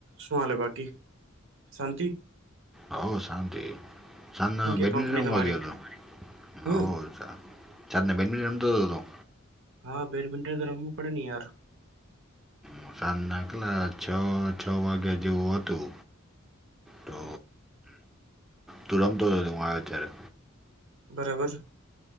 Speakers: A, on the right; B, in the centre.
A: શું હાલે બાકી શાંતિ?
B: હવ શાંતિ સાંજના
A: શું કે
B: બેડમિન્ટન
A: કંપની
B: રમવા
A: તમારી
B: ગયો તો મે <unintelligible>
A: હમ
B: સાંજે બેડમિન્ટન રમતો તો તું
A: હા, બેડમિન્ટન તો રમવું પડે ની યાર.
B: હ સાંજના કેટલા છ છ વાગે જેવું હતું. તો તુરમતો હું આયો અત્યારે.
A: બરાબર.